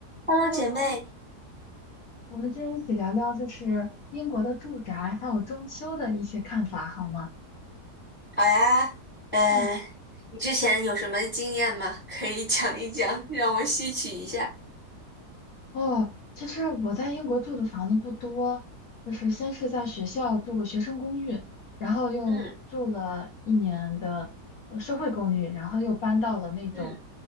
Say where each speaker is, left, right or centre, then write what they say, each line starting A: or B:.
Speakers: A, on the left (about 20°); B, on the left (about 60°).
A: Hello，
B: Hello，
A: 姐妹，
B: 我们今天一起聊聊就是英国的住宅还有装修的一些看法，好吗？
A: 好呀。呃，
B: 嗯，
A: 你之前有什么经验吗？可以讲一讲，让我吸取一下。
B: 哦，其实我在英国住的房子不多，就是先是在学校住过学生公寓，然后又住了一年的呃社会公寓，
A: 嗯
B: 然后又搬到了那种
A: 嗯